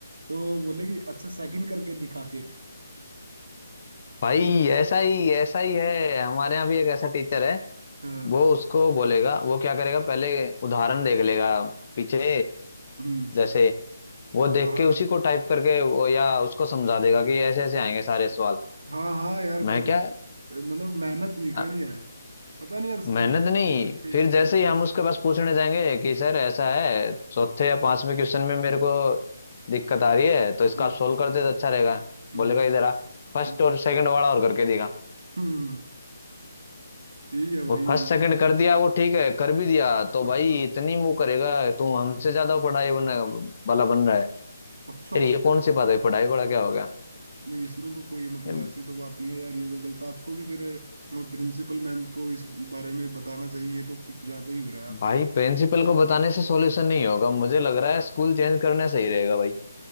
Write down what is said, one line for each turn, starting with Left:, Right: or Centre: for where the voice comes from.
Right: तो बोलेगी अच्छा सेकंड करके दिखा फिर
Left: भाई
Right: <laughs>
Left: ऐसा ही ऐसा ही है हमारे यहाँ भी एक ऐसा टीचर है
Right: हाँ
Left: वो उसको बोलेगा वो क्या करेगा पहले उदाहरण देख लेगा पीछे
Right: हम्म
Left: जैसे वो देख
Right: हाँ
Left: के उसी को टाइप करके वो या उसको समझा देगा कि ऐसे ऐसे आएंगे सारे सवाल
Right: हाँ हाँ यार
Left: मैं
Right: काफी
Left: क्या
Right: मतलब मेहनत नहीं
Left: अ,
Right: करनी है पता नहीं यार
Left: मेहनत
Right: स्कूल वालों
Left: नहीं
Right: ने रखे
Left: फिर
Right: हैं क्यों
Left: जैसे ही हम उसके पास पूछने जाएंगे कि सर ऐसा है चौथे या पांचवें क्वेश्चन में मेरे को दिक्कत आ रही है तो इसका
Right: हम्म
Left: आप सोल्व करते तो अच्छा रहेगा
Right: हम्म
Left: बोलेगा इधर आ फर्स्ट
Right: हम्म
Left: और सेकंड वाला और करके दिखा
Right: हम्म, यही है
Left: वो
Right: भाई यही
Left: फर्स्ट सेकंड
Right: है
Left: कर दिया वो ठीक है कर भी दिया तो
Right: अच्छा
Left: भाई इतनी मुंह करेगा तू हमसे ज्यादा पढ़ाई बनने वाला बन रहा है
Right: अच्छा
Left: यार ये कौन सी बात है पढ़ाई वाला क्या हो गया
Right: नहीं इसमें तो कोई मतलब
Left: यार
Right: ऐसी तो बात नहीं है यार ये तो गलत आपको भी फिर प्रिंसिपल मैम को इस बारे में बताना चाहिए ये तो कुछ ज्यादा ही हो रहा है आपके
Left: भाई
Right: स्कूल
Left: प्रिंसिपल को बताने से सॉल्यूशन नहीं होगा मुझे लग रहा है स्कूल चेंज करना सही रहेगा भाई